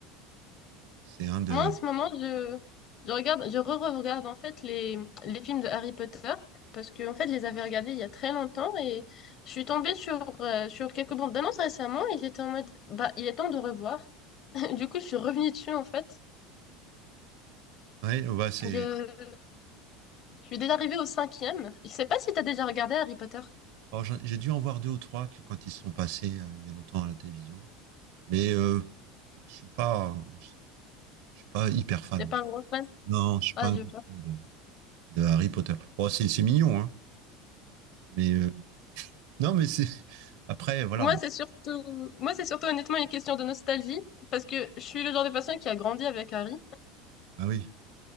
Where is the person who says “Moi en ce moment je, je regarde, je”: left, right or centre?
Left